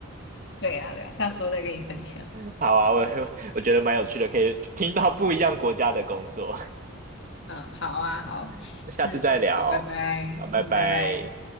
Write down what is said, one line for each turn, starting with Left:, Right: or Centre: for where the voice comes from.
Left: <laughs> 对啊对啊，到时候再跟你分享。
Right: <laughs> 好啊，我 <laughs> 我觉得蛮有趣的，可以听到不一样国家的工作，
Left: 嗯，好啊好，
Right: <laughs> 下次再聊，
Left: 嗯，好，拜拜，
Right: 好，拜拜。
Left: 嗯，拜拜。